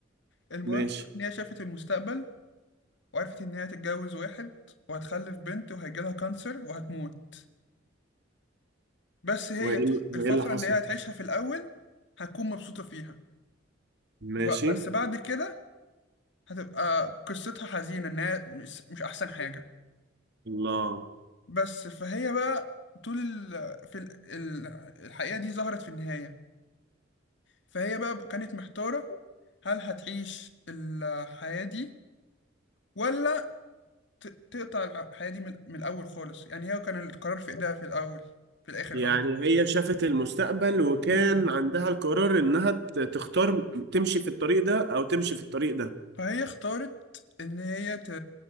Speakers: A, on the left (about 65°); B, on the right (about 60°).
A: المهم
B: ماشي
A: ان هي شافت المستقبل وعرفت ان هي هتتجوز واحد وهتخلف بنت وهيجيلها كانسر وهتموت بس هي
B: وايه
A: طول
B: وايه
A: الفترة
B: اللي حصل
A: اللي هي هتعيشها في الاول هتكون مبسوطة فيها
B: ماشي
A: ب- بس بعد كده هتبقى قصتها حزينة انها مش مش احسن حاجة
B: الله
A: بس فهي بقى طول ال... في ال... ال- الحقيقة دي ظهرت في النهاية فهي بقى كانت محتارة هل هتعيش الحياة دي ولا ت- تقطع الع- الحياة دي من من الأول خالص يعني هي كان القرار في إيدها في الأول في الآخر
B: يعني
A: قصدي
B: هي شافت المستقبل وكان
A: مم.
B: عندها القرار انها ت- تختار تمشي في الطريق ده او تمشي في الطريق ده
A: فهي اختارت إن هي ت...